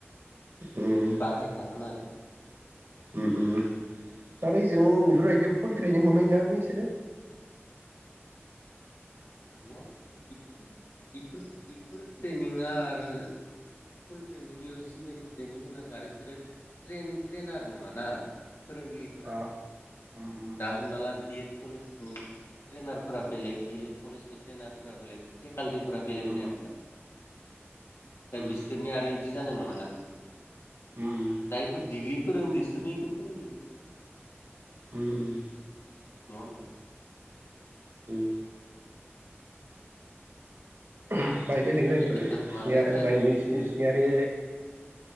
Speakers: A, on the right; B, on the left.
A: उम
B: बाहाय जागोन आरो
A: उम उम दा ओरै जों इफोरबायदियाव पलट्रिजों मोननाय नङालै इसोरो
B: नङा इफोर इफोर बेफोर ट्रेनिंआ आरो फुल ट्रेनिंयाव जिबायदि ट्रेनिं होनांगौ आरो बिसोरो ट्रेइनार नङाना। फोरोंगिरिफोरा
A: आ अ उम
B: दा हमना ला बि एड कलेज ट्रेइनारफोरा बेलेग डि एल एड कलेज नि ट्रेइनारफोरा बेलेग फेकाल्टिफोरा बेलेग
A: उम
B: जाया होनबा दा बिसोरनि
A: उम
B: आरो इदि जानाय नङाना
A: उम उम
B: दायोफोर डिग्रि फोरोंदों इसोरनो इखौ फोरोंहैगोन।
A: उम उम
B: नङा होनबा?
A: उम <inaudible> बेहाय बेलेग जायोथ'
B: एखे
A: ऐ सियार
B: माबायानो जाहैफिनगोन
A: बायदिसिनि सिङारि